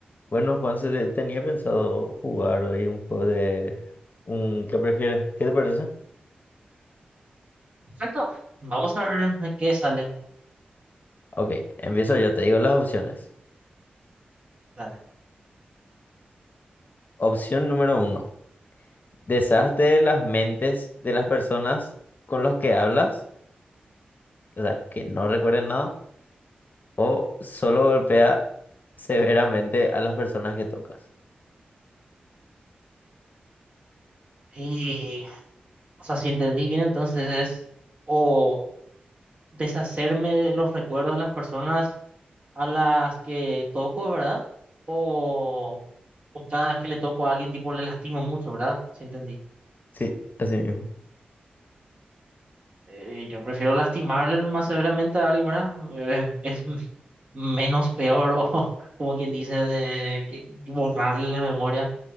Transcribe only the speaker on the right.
Perfecto. Vamos a ver a qué sale.
Dale.
Y, o sea, si entendí bien, entonces es o deshacerme de los recuerdos de las personas a las que toco, ¿verdad? O, o cada vez que le toco a alguien, tipo, le lastimo mucho, ¿verdad? Si entendí.
Eh, yo prefiero lastimarle más severamente a alguien, ¿verdad? Eh, es m- menos peor, o <laughs> como quien dice, de, que borrarle la memoria,